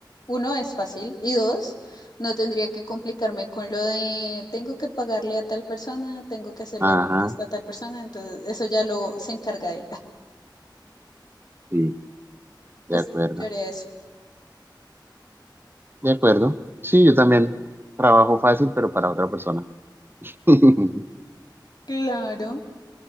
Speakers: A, on the left; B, on the right.
A: uno es fácil y dos, no tendría que complicarme con lo de tengo que pagarle a tal persona, tengo que hacerle
B: ajá,
A: esto a tal persona, entonces eso ya lo se encarga él. <laughs>
B: sí,
A: Pues
B: de acuerdo,
A: yo haría eso.
B: de acuerdo. Sí, yo también trabajo fácil, pero para otra persona. <laughs>
A: Claro.